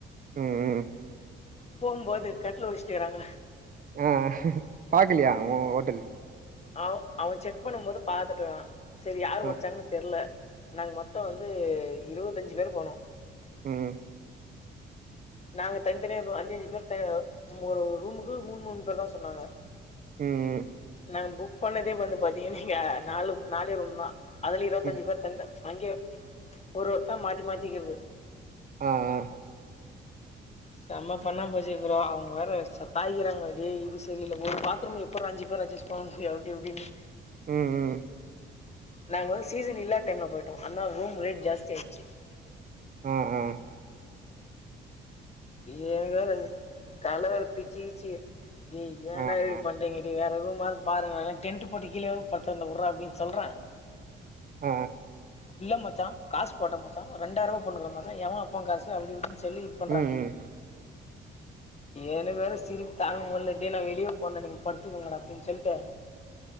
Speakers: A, on the right (about 45°); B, on the left (about 35°).
A: ம் ம்
B: போம்போது கட்ல ஒட்ச்சிட்டுக்கிறாங்க
A: ஆ பாக்கலையா அவ ஹோட்டல்
B: அவ அவன் செக் பண்ணும் போது பாத்துட்டா செரி யாரு
A: ஆ
B: ஒடச்சாங்கனு தெர்ல நாங்க மொத்த வந்து இருவத்தஞ்சு பேர் போனோ
A: ம்
B: நாங்க தனித்தனியா போ அஞ்சு அஞ்சு பேர் ஒரு ஒரு ரூமுக்கு மூணு மூணு பேர் தா சொன்னாங்க
A: ம் ம்
B: நாங்க புக் பண்ணதே வந்து பாத்தீங்கனா இங்க நாலு நாலே ரூம்தா அதுல இருவத்தஞ்சு
A: ம்
B: பேர் தன்ட அங்க ஒரு ஒருத்த மாத்தி மாத்திக்கிறது
A: ஆ ஆ
B: செம ஃபன்னா போச்சு ஃப்ரோ அவங்க வேற சத்தாயிறாங்க டே இது சரியில்ல ஒரு பாத்ரூம்ல எப்ட்றா அஞ்சு பேர் அட்ஜஸ் போங்க அப்டி இப்டினு
A: ம் ம்
B: நாங்க வந்து சிசி டிவி இல்லா டைம்ல போய்டோ அதனால ரூம் ரேட் ஜாஸ்தி ஆய்ச்சு
A: ஆ ஆ
B: இவன் வேற தல வேற பிச்சுகிச்சு டேய் ஏன்டா
A: ஆ
B: இப்டி
A: ஆ
B: பண்றீங்க டேய் வேற ரூமாது பாருங்களே டென்ட் போட்டு கீழ வந் படுத்துரன்டா உட்றா அப்டின் சொல்ற
A: ஆ
B: இல்ல மச்சா காசு போட்ட மச்சா ஒரு ரெண்டாயிருபா போட்னுக்குற மச்சா எவ அப்பங்காசு அப்டி இப்டின் சொல்லி பண்ணுறாங்க
A: ம் ம்
B: எனக்கு வேற சிரிப்பு தாங்க முடில டேய் நா வெளியபோறன்டா நீங்க படுத்துக்கோங்கடா அப்டின் சொல்ட்டு